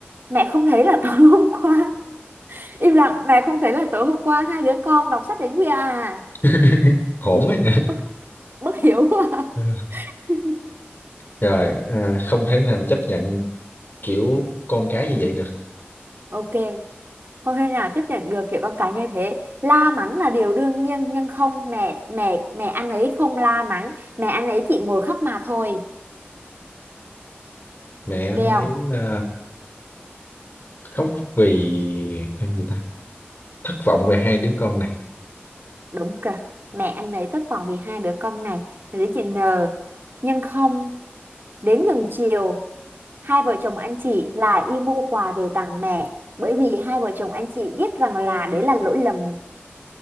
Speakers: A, on the right (about 60°); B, on the left (about 55°).
A: mẹ không thấy là tối hôm qua. Im lặng, mẹ không thấy là tối hôm qua hai đứa con đọc sách đến khuya à.
B: <laughs> hổn
A: <laughs>
B: ấy
A: Bất, bất hiểu quá.
B: Ừ.
A: <laughs>
B: rồi à, không thể nào chấp nhận kiểu con cái như vậy được
A: Ok, không thể nào chấp nhận được kiểu con cái như thế la mắng là điều đương nhiên nhưng không mẹ mẹ mẹ anh ấy không la mắng mẹ anh ấy chỉ ngồi khóc mà thôi
B: mẹ
A: nghe
B: anh
A: không
B: ấy à, khóc vì hay gì ta thất vọng về hai đứa con này
A: đúng kìa mẹ anh ấy thất vọng vì hai đứa con này rồi đến chị N nhưng không đến gần chiều hai vợ chồng anh chị lại đi mua quà về tặng mẹ bởi vì hai vợ chồng anh chị biết rằng là đấy là lỗi lầm